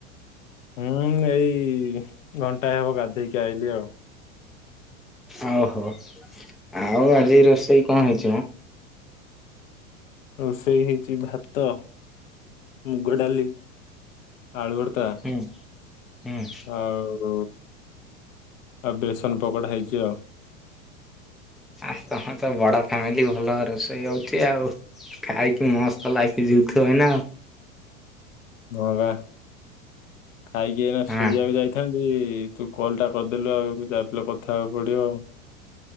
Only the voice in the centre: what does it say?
ଓହୋ ଆଉ ଆଜି ରୋଷେଇ କଣ ହେଇଛି ମ?
ହୁଁ ହୁଁ।
ଆ ତମର ତ ବଡ ଫ୍ୟାମିଲି ଭଲ ରୋଷେଇ ହଉଛି ଆଉ। ଖାଇକି ମସ୍ତ ଲାଗି ଯିଉଥିବନା ଆଉ।
ହଁ